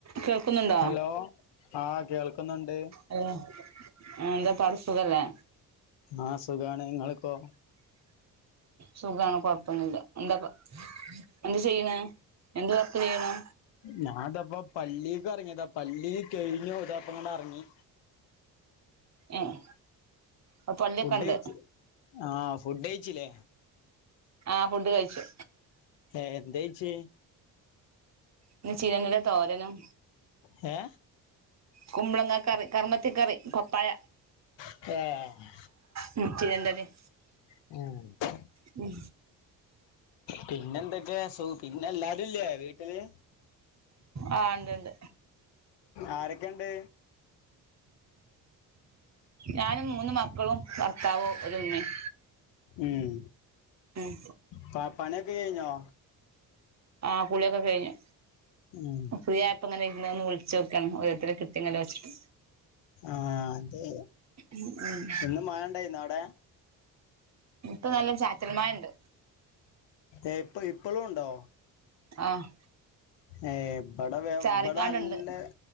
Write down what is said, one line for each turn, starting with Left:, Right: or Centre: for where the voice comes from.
Right: കേൾക്കുന്നുണ്ടോ
Left: ഹലോ ആഹ് കേൾക്കുന്നുണ്ട്.
Right: ഹലൊ. ആഹ് എന്താ പാട് സുഖല്ലേ?
Left: ആഹ് സുഖാണ്. ങ്ങെള്ക്കോ?
Right: സുഖണ് കൊഴപ്പൊന്നുല്ല. എന്താപ്പൊ എന്ത് ചെയ്ണെ. എന്ത് വർക്ക് ചെയ്ണെ?
Left: ഞാൻ താപ്പൊ പള്ളീ ക്കെർ ങ്ങിയതാ. പള്ളി ക്കെഴിഞ്ഞു താപ്പൊങ്ങടർങ്ങി.
Right: ഏഹ്. അപ്പൊ പള്ളി
Left: ഫുഡ്
Right: ഒക്കെണ്ട്.
Left: കഴിച്ച് ആഹ് ഫുഡൈഴിച്ചിലെ?
Right: ആ ഫുഡ് കഴിച്ചു
Left: ഏ എന്ത്‌യ്ച്ച്
Right: പിന്ന ചിരന്റെല തോരനും.
Left: ഏ
Right: കുമ്പളങ്ങ കറി കർമ്മത്ത് കറി കൊപ്പയ
Left: ഏ
Right: മും ചിരേന്റെലേം
Left: ഏഹ്
Right: മ്
Left: പിന്നെന്തൊക്കെയ സുഖ പിന്നെ എല്ലാരു ഇല്ലേ വീട്ടില്
Right: ആ ഉണ്ട് ഉണ്ട്
Left: ആരൊക്കെണ്ട്
Right: ഞാനും മൂന്നു മക്കളും ഭർത്താവും ഒരുമ്മയും
Left: ഉം
Right: ഉം
Left: പ പണിയൊക്കെ കഴിഞ്ഞോ
Right: ആഹ് കുളിയൊക്കെ കഴിഞ്ഞു
Left: ഉം
Right: ഫ്രീ ആയപ്പോ ഇങ്ങനെ ഇരുന്ന് ഒന്ന് വിളിച്ച് നോക്കിയണ് ഓരോരുത്തരെ കിട്ടിങ്കിൽ വെച്ചിട്ട്
Left: ആഹ് അതെ
Right: ഉം ഉം
Left: ഇന്ന് മഴയിണ്ടയിന്ന അവിടെ
Right: ഇപ്പൊ നല്ല ചാറ്റൽ മഴണ്ട്
Left: ഏഹ് ഇപ്പ ഇപ്പളും ഒണ്ടോ
Right: ആഹ്
Left: ഏഹ് ഇബിടെ വ
Right: ചാറിക്കാണ്ടുണ്ട്
Left: ഇബടെ നല്ലെ